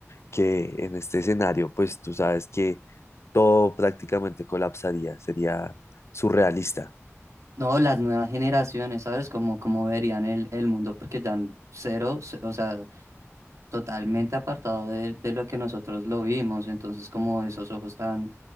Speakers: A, on the left (about 60°); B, on the right (about 80°).
A: que en este escenario, pues tú sabes que todo prácticamente colapsaría, sería surrealista.
B: No, las nuevas generaciones, ¿sabes? Como, como verían el, el mundo, porque ya n- cero, c- o sea, totalmente apartado de, de lo que nosotros lo vimos. Entonces, como esos ojos tan